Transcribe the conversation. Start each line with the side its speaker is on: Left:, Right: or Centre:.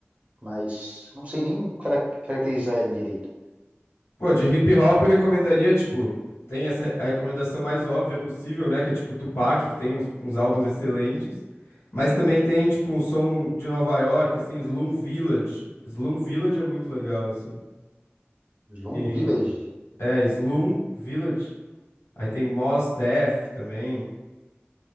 Right: Mas não sei nem cara- caracterizar ele direito.
Left: pô, de hip hop eu recomendaria, tipo, tem essa a recomendação mais óbvia possível, né? Que é tipo Tupac, que tem uns, uns álbuns excelentes. Mas também tem, tipo, um som de Nova York, assim, Slum Village. Slum Village é muito legal, assim.
Right: Slum
Left: E,
Right: Village.
Left: é, Slum Village. Aí tem Mos Def também.